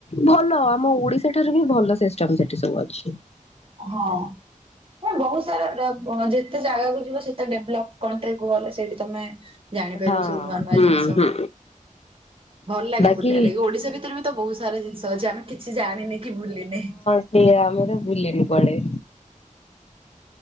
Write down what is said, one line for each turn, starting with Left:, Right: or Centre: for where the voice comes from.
Left: ଭଲ ଆମ ଓଡିଶା ଠାରୁ ବି ଭଲ ସିଷ୍ଟମ୍ ସେଠି ସବୁ ଅଛି।
Right: ହଁ। ହେ ବହୁ ସାରା ଯା ଯେତେ ଜାଗାକୁ ଯିବ ସେତେ ଡେଭ୍ଲପ୍ କରିଥାଉ କୁହ ଗଲେ ସେଇଠି ତମେ ଜାଣିପାରିବ
Left: ହଁ।
Right: ସବୁ ନୂଆ ନୂଆ
Left: ହୁଁ
Right: ଜିନିଷ।
Left: ହୁଁ
Right: ଭଲ ଲାଗେ
Left: ବାକି
Right: ବୁଲିଆଲାଗି ଓଡିଶା ଭିତରେ ବି ତ ବହୁ ସାରା ଜିନିଷ ଅଛି ଆମେ କିଛି ଜାଣିନି କି ବୁଲିିନେ।
Left: ସେଇଆ ଆମେତ ବୁଲିନି କୁଆଡ଼େ।